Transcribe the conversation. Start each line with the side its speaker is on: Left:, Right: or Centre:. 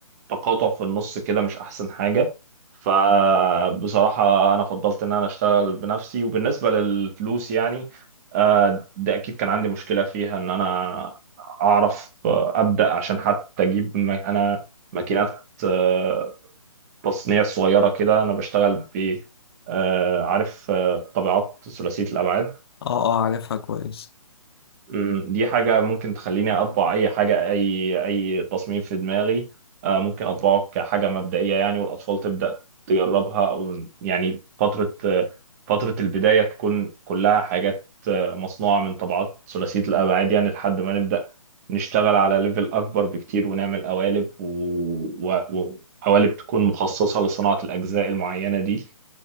Right: تقاطع في النص كده مش احسن حاجه فبصراحه انا فضلت ان انا اشتغل بنفسي وبالنسبه للفلوس يعني آه، ده اكيد كان عندي مشكله فيها ان انا اعرف آه، ابدا عشان حتى اجيب م- انا ماكينات آه، تصنيع صغيره كده انا بشتغل ب آه، عارف آه، طابعات ثلاثيه الابعاد
Left: اه اه عارفها كويس
Right: مم، دي حاجة ممكن تخليني أطبع أي حاجة أي أي تصميم في دماغي آه، ممكن أطبعه كحاجة مبدئية يعني والأطفال تبدأ تجربها أو يعني فترة آه، فترة البداية تكون كلها حاجات آه، مصنوعة من طبعات ثلاثية الأبعاد يعني لحد ما نبدأ نشتغل على ليفل أكبر بكتير ونعمل قوالب و- و- وقوالب تكون مخصصة لصناعة الأجزاء المعينة دي